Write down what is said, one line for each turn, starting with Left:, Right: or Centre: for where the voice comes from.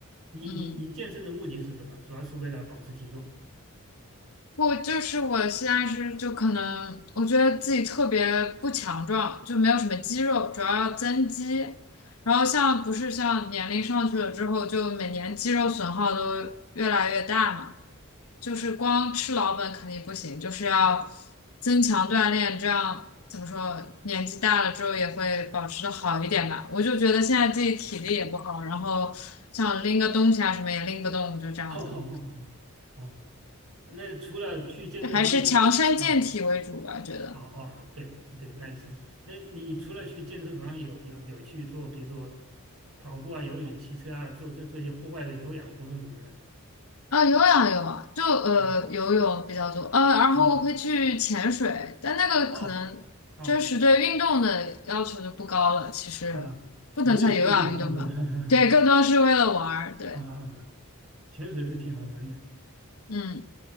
Right: 你你你健身的目的是什么？
Left: 嗯。嗯
Right: 主要是为了保持体重。
Left: 我就是我现在是就可能我觉得自己特别不强壮，就没有什么肌肉，主要要增肌。然后像不是像年龄上去了之后，就每年肌肉损耗都越来越大嘛，就是光吃老本肯定不行，就是要增强锻炼，这样怎么说，年纪大了之后也会保持的好一点吧。我就觉得现在自己体力也不好，然后像拎个东西啊什么也拎不动，就这样子。
Right: <laughs> 哦哦，那除了去健身房还，
Left: 还是强身健体为主吧，
Right: <laughs> 啊
Left: 觉得。
Right: 哦哦，对对，那就行。那你除了去健身房有有有去做，比如说跑步啊、游泳、骑车啊，做这做一些户外的有氧活动有没有呢？
Left: 啊，有氧有啊，就呃游泳比较多，
Right: 啊，
Left: 呃，然后会去潜水，
Right: 嗯，
Left: 但那个可能真实对运动的要求就不高了，
Right: 哦。哦
Left: 其实不能算有氧运动吧，
Right: 啊，娱乐性更强是吧？
Left: 对，更多是为了玩儿，
Right: <laughs>
Left: 对，
Right: 啊啊，潜水是挺好玩的。
Left: 嗯，